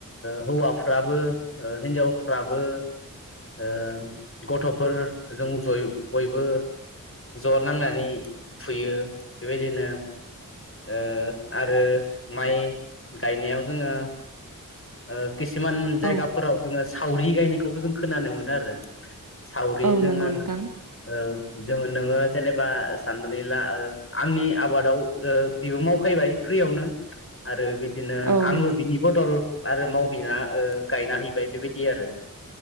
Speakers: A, on the left; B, on the right.
A: ओ हौवाफ्राबो हिनजावफ्राबो ओ गथ'फोरजों जय बयबो ज' नांनानै फुयो बेबायदिनो ओ आरो माइ गायनायाव जोङो ओ खिसुमान जायगाफोराव
B: औ
A: जोङो सावरि गायनायखौबो जों खोनानो मोनो आरो सावरि
B: औ
A: जोङो
B: नंगौ नोंथां
A: ओ जोङो नोङो जेनेबा साननानै ला ओ आंनि आबादाव बेबो मावफायबाय फ्रियावनो आरो बिदिनो
B: औ
A: आंबो
B: नंगौ नोंथां
A: बिनि बदल आरो मावहैना ओ गायना हैबाय बेबायदि आरो